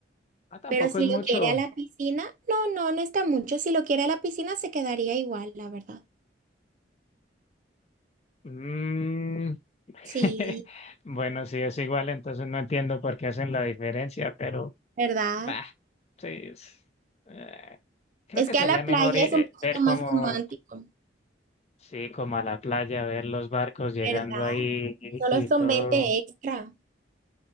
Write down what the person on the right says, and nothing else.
Pero si
lo
quiere a la piscina, no, no, no está mucho. Si lo quiere a la piscina, se quedaría igual, la verdad.
Sí,
¿verdad?
Es
que
a la
playa
es un
poquito
más romántico,
¿verdad?
Solo
son
veinte extra.